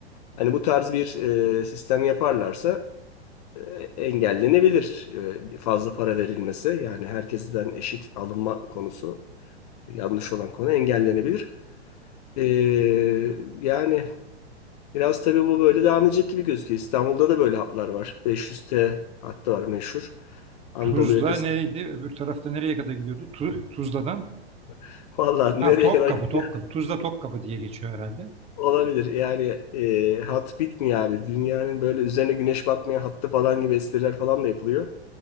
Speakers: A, on the left; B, on the right.
A: Hani bu tarz bir e, sistem yaparlarsa e, engellenebilir. E, fazla para verilmesi yani herkesten eşit alınma konusu yanlış olan konu engellenebilir. Ee, yani biraz tabii bu böyle devam edecek gibi gözüküyor. İstanbul'da da böyle hatlar var. 500T hattı var meşhur. Anadolu
B: Tuzla
A: yakası.
B: neydi? Öbür tarafta nereye kadar gidiyordu? Tu Tuzla'dan.
A: <laughs> Vallahi
B: Ha
A: nereye
B: Topkapı,
A: kadar gidiyor
B: Topkapı. Tuzla Topkapı diye geçiyor herhalde.
A: olabilir. Yani e, hat bitmiyor abi. Dünyanın böyle üzerine güneş batmayan hattı falan gibi espriler falan da yapılıyor.